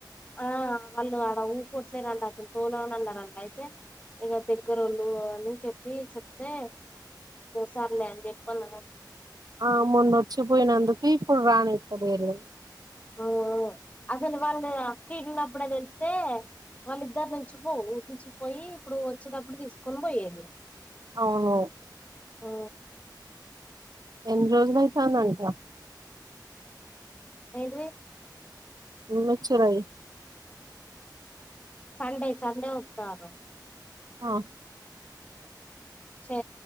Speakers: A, on the left; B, on the right.
A: ఆ వాళ్ళు ఆడ ఊ కొట్లేదంటడి అసలు పోదాం అన్నారంటడి అయితే ఇక దగ్గర వాళ్ళు అన్నీ చెప్పి చెప్తే సర్లే అని చెప్పతాను
B: ఆ మొన్నొచ్చిపోయినందుకు ఇప్పుడు రానిత్తలేేరు
A: ఆ అసలు వాళ్ళుది అక్క ఇన్నప్పుడ అని ఎల్తే వాళ్ళిద్దరి నుంచి పో ఊ నుంచి పోయి ఇప్పుడు వచ్చేటప్పుడు తీసుకొని పోయేది
B: అవును
A: ఓ
B: ఎన్ని రోజులైతాన్దంట
A: ఎడ్రిక్స్
B: యూనిచిర్య్
A: సండే సండే వతారు
B: ఆ
A: శ